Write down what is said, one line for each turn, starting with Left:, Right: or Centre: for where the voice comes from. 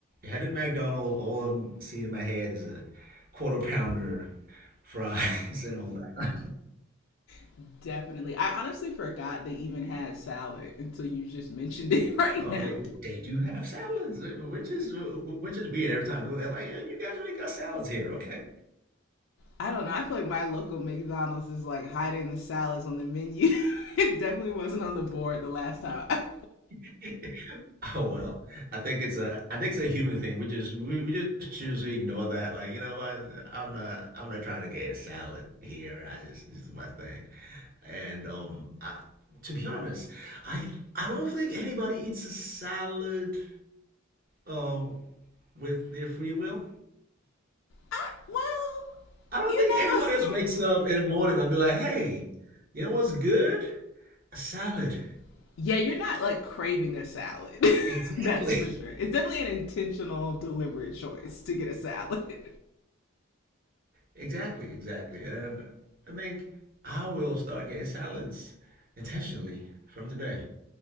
Right: headed to McDonald's. All I'm seeing in my head is a quarter pounder, fries, <laughs> and all that.
Left: <laughs> Definitely. I honestly forgot they even had salad until you just <laughs> mentioned it right
Right: Oh,
Left: now.
Right: they they they do have salads, which is which is weird. Every time I go there, like, yeah, you guys really got salads here, okay?
Left: I don't know. I feel like my local McDonald's is like hiding the salads on the menu. <laughs> it definitely wasn't on the board the last time. I,
Right: <laughs> <laughs> Oh well, I think it's a I think it's a human thing. We just we, we just choose to ignore that. Like, you know what? I'm not I'm not trying to get a salad here. I just this is my thing. And um I to be honest, I I don't think anybody eats a salad um with their free will.
Left: I, well,
Right: I don't
Left: you
Right: think
Left: know.
Right: anybody else wakes up in the morning and be like, "Hey, you know what's good? A salad."
Left: <laughs> yeah, you're not like craving a salad.
Right: Exactly.
Left: <laughs> that's for sure. It's definitely an intentional, deliberate choice to get a salad.
Right: Exactly, exactly. And I think I will start getting salads intentionally from today.